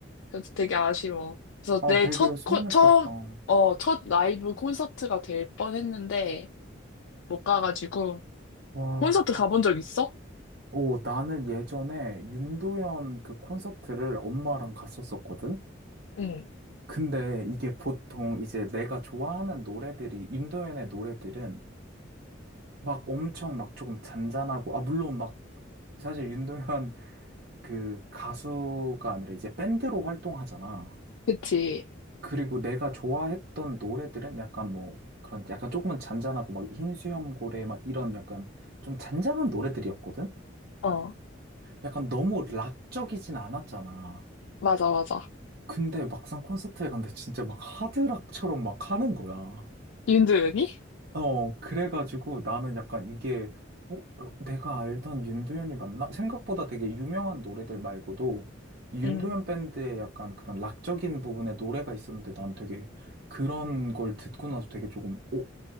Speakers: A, on the left (about 75°); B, on the right (about 55°).
A: 그래서 되게 아쉬워. 그래서
B: 아,
A: 내
B: 되게
A: 첫,
B: 서운했겠다.
A: 코, 처음,
B: 어,
A: 어, 첫 라이브 콘서트가 될 뻔했는데, 못 가가지고,
B: 와.
A: 콘서트 가본 적 있어?
B: 어, 나는 예전에 윤도현 그 콘서트를 엄마랑 갔었었거든?
A: 응,
B: 근데 이게 보통 이제 내가 좋아하는 노래들이, 윤도현의 노래들은 막 엄청 막 조금 잔잔하고, 아, 물론 막 사실 윤도현 그 가수가 아니라 이제 밴드로 활동하잖아.
A: 그치.
B: 그리고 내가 좋아했던 노래들은 약간 뭐 그런 약간 조금은 잔잔하고 막 흰 수염고래 막 이런 약간 좀 잔잔한 노래들이었거든?
A: 어,
B: 약간 너무 락적이진 않았잖아.
A: 맞아, 맞아.
B: 근데 막상 콘서트에 갔는데 진짜 막 하드락처럼 막 하는 거야.
A: 윤도현이?
B: 어, 그래가지고 나는 약간 이게, 어, 어, 내가 알던 윤도현이 맞나? 생각보다 되게 유명한 노래들 말고도 이 윤도현
A: 응.
B: 밴드의 약간 그런 락적인 부분의 노래가 있었는데 난 되게 그런 걸 듣고 나서 되게 조금, 어,